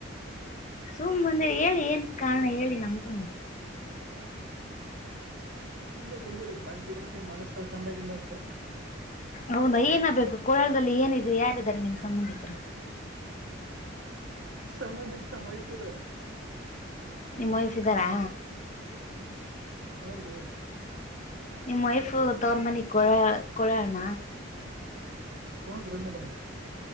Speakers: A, on the left; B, on the right.
A: ಸುಮ್ ಅಂದ್ರೆ ಹೇಳಿ ಏನ್ ಕಾರ್ಣ ಹೇಳಿ ನಮ್ಗುನು.
B: ಸುಮ್ನೆ ಬಂದಿವವ್ರೀ ಪಾರ್ಟಿ ಗಿಲ್ಟಿ ಮಾಡಸ್ತಾರ ಕಂಡ ಗಂಡ ಅಂತ
A: ಹೌದಾ ಏನ ಬಬೇಕು ಕೋಳಳದಲ್ಲಿ ಏನಿದೆ ಯಾರಿದ್ದಾರೆ ನಿಮ್ ಸಂಬಂಧಿಕರು
B: ಸಂಬಂಧಕ್ ನಮ್ಮ್ ವೈಫ ಇದಾರೆ
A: ನಿಮ್ಮ್ ವೈಫ್ ಇದ್ದಾರಾ
B: ಹುನ್ ರೀ
A: ನಿಮ್ ವೈಫ್ ತೋವ್ರ್ ಮನಿ ಕೊಳ ಕೊಳ್ಯಣ.
B: ಹುನ್ರಿ ಮೇಡಂ ಅರೆ.